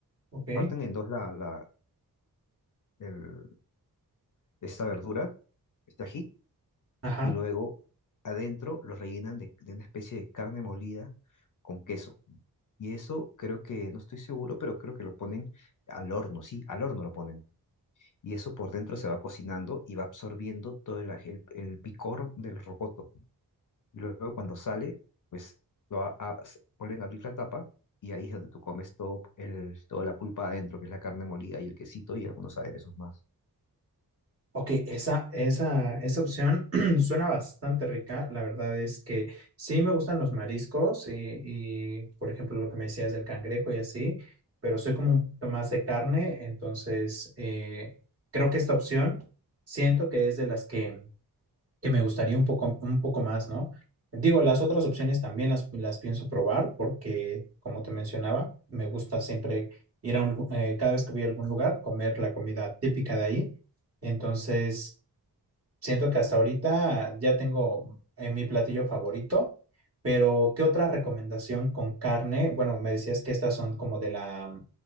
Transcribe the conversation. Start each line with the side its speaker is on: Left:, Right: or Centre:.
Right: ok,
Left: parten en dos la, la, el- esta verdura, este ají
Right: ajá.
Left: y luego adentro lo rellenan de, de una especie de carne molida con queso. Y eso creo que, no estoy seguro, pero creo que lo ponen al horno, sí, al horno lo ponen. Y eso por dentro se va cocinando y va absorbiendo todo el, el- el picor del rocoto. Y luego cuando sale, pues lo a- a- s- vuelven a abrir la tapa y ahí es donde tú comes todo el, toda la pulpa adentro, que es la carne molida y el quesito y algunos aderezos más.
Right: Ok, esa, esa, esa opción <clears throat> suena bastante rica. La verdad es que sí me gustan los mariscos y, y, por ejemplo, lo que me decías del cangrejo y así, pero soy como un poquito más de carne, entonces eh, creo que esta opción siento que es de las que que me gustaría un poco, un poco más, ¿no? Digo, las otras opciones también las, las pienso probar porque, como te mencionaba, me gusta siempre ir a un, lu- eh, cada vez que voy a algún lugar, comer la comida típica de ahí. Entonces, siento que hasta ahorita ya tengo eh, mi platillo favorito, pero ¿qué otra recomendación con carne? Bueno, me decías que estas son como de la,